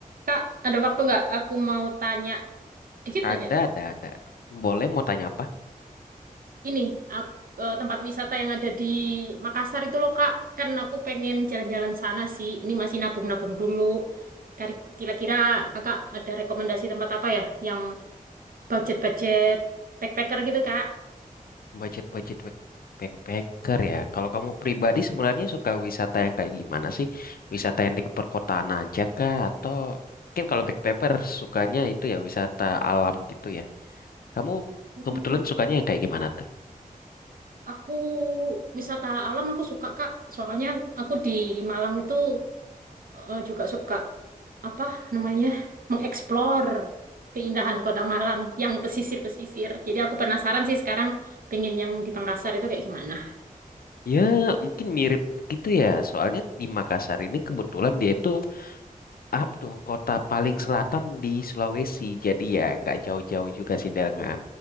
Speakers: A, on the right (about 70°); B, on the left (about 80°).
A: Kak, ada waktu nggak? Aku mau tanya dikit
B: Ada,
A: aja.
B: ada, ada. Boleh mau tanya apa?
A: Ini ak- eh, tempat wisata yang ada di Makassar itu loh, Kak. Kan aku pengen jalan-jalan sana sih. Ini masih nabung-nabung dulu. Kari- Kira-kira Kakak ada rekomendasi tempat apa ya yang budget-budget backpacker gitu, Kak?
B: Budget-budget back- backpacker ya. Kalau kamu pribadi sebenarnya suka wisata yang kayak gimana sih? Wisata yang di perkotaan aja kah? Atau mungkin kalau backpacker sukanya itu ya wisata alam gitu ya. Kamu
A: Hmm.
B: kebetulan sukanya yang kayak gimana tuh?
A: Aku wisata alam aku suka, Kak. Soalnya aku di Malang itu eh, juga suka apa namanya mengeksplor keindahan Kota Malang yang pesisir-pesisir. Jadi aku penasaran sih sekarang pengen yang di Pangkasar itu kayak gimana.
B: Ya mungkin mirip gitu ya. Soalnya di Makassar ini kebetulan dia itu Abdo, kota paling selatan di Sulawesi, jadi ya nggak jauh-jauh juga sih dengan